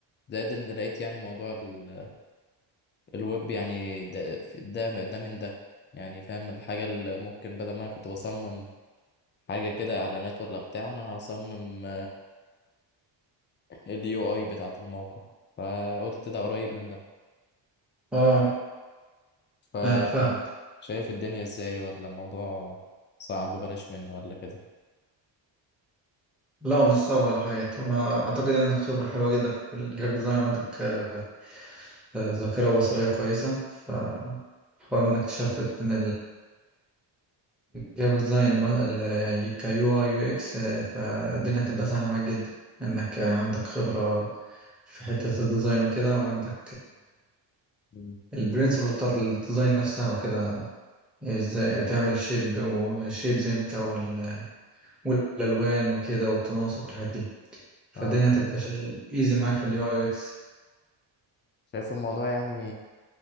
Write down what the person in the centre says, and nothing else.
اه
فاهم فاهم
لا هو مش صعب ولا حاجة طالما أعتقد إن خبرة حلوة جدا في الجرافيك ديزاين وعندك آه، آه، ذاكرة بصرية كويسة فحاول إنك تشفت من جرافيك ديزاين كيو اي يو اكس آه، فالدنيا هتبقى سهلة معاك جدا انك عندك خبرة في حتة الديزاين وكده وعندك
البرنسبل بتاعت الديزاين نفسها وكده ازاي تعمل شيب وشيبز امتى وال- والالوان وكده والتناسق والحاجات دي فالدنيا
هتبقى شغل ايزي معاك في اليو اي يو اكس